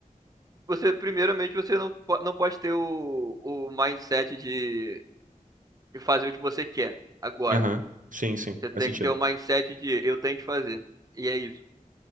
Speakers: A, on the right; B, on the right.
A: você, primeiramente, você não, po- não pode ter o, o mindset de e fazer o que você quer agora.
B: Aham. Sim, sim,
A: Você tem
B: faz sentido.
A: que ter o mindset de eu tenho que fazer. E é isso,